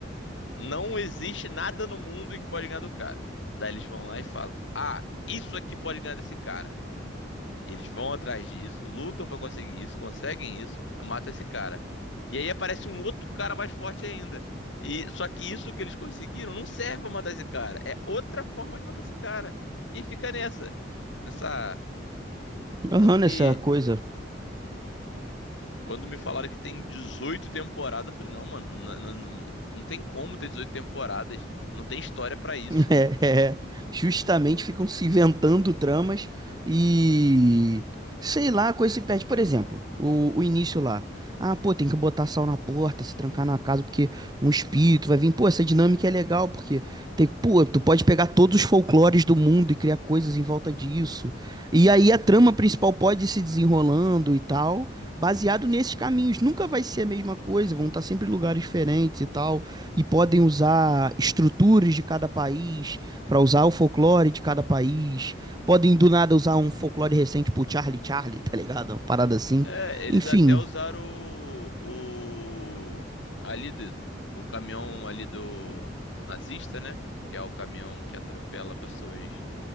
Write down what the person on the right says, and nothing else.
agarrando
essa coisa
<laughs> É, é. é. justamente ficam se inventando tramas e sei lá, com esse pet, por exemplo, o, o início lá. Ah, pô, tem que botar sal na porta, se trancar na casa, porque um espírito vai vir. Pô, essa dinâmica é legal, porque tem, pô, tu pode pegar todos os folclores do mundo e criar coisas em volta disso. E aí a trama principal pode ir se desenrolando e tal, baseado nesses caminhos. Nunca vai ser a mesma coisa, vão estar sempre em lugares diferentes e tal e podem usar estruturas de cada país para usar o folclore de cada país. Podem do nada usar um folclore recente pro Charlie Charlie, <laughs> tá ligado? Uma parada assim.
Enfim,